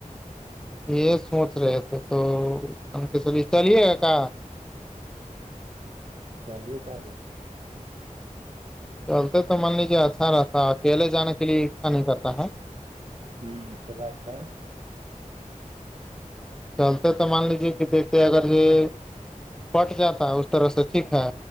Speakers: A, in the centre; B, on the right (about 45°).
A: یہ سوچ رہے تھے تو ان کے چلی چلیے کہ
B: چلیی چے
A: چلتے تو مان لیجیے اچھا رہتا اکیلے جانے کے لیے اچھا نہیں کرتا ہے
B: ہوں تو بات ہے
A: چلتے تو مان لیجیے کہ دیکھتے اگر یہ پٹ جاتا ہے اس طرح سے ٹھیک ہے